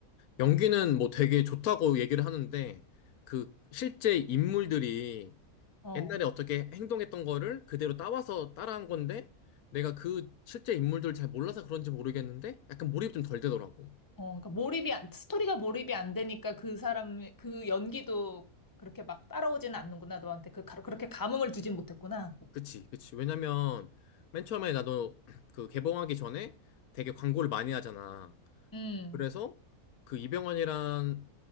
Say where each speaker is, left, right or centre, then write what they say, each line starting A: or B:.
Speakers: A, on the left (about 85°); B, on the left (about 15°).
A: 연기는 뭐 되게 좋다고 얘기를 하는데, 그 실제 인물들이
B: 어.
A: 옛날에 어떻게 행동했던 거를 그대로 따와서 따라한 건데 내가 그 실제 인물들 잘 몰라서 그런지 모르겠는데 약간 몰입이 좀 덜 되더라고.
B: 어, 그러니까 몰입이 안, 스토리가 몰입이 안 되니까 그 사람, 그 연기도 그렇게 막 따라오지는 않는구나, 너한테. 그, 가- 그렇게 감흥을 주진 못했구나.
A: 그치, 그치. 왜냐면 맨 처음에 나도 <clears throat> 그 개봉하기 전에 되게 광고를 많이 하잖아.
B: 음,
A: 그래서 그 이병헌이란